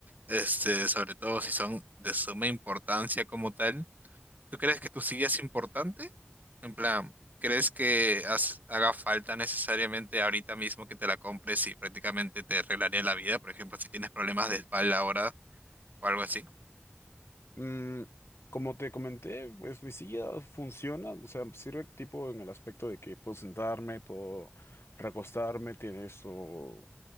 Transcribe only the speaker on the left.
Mm, como te comenté, pues mi silla funciona, o sea, sirve tipo en el aspecto de que puedo sentarme, puedo recostarme, tiene eso,